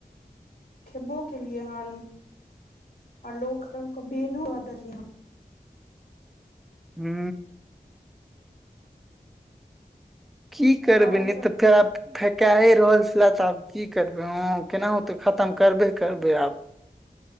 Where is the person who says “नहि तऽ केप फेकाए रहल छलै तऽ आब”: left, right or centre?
Centre